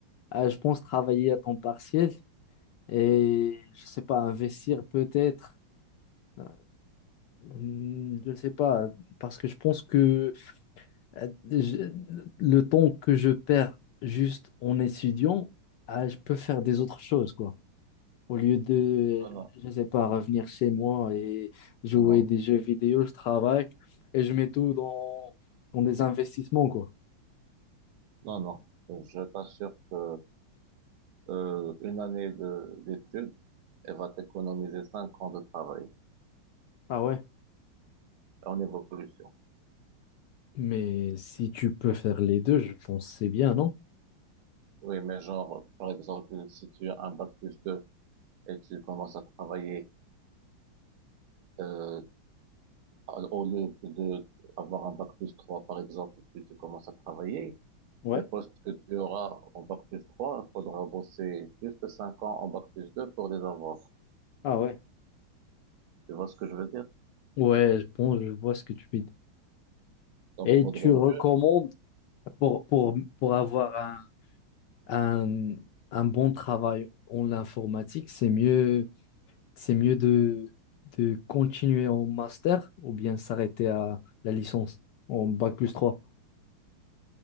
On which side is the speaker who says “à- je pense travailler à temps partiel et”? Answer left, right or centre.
Left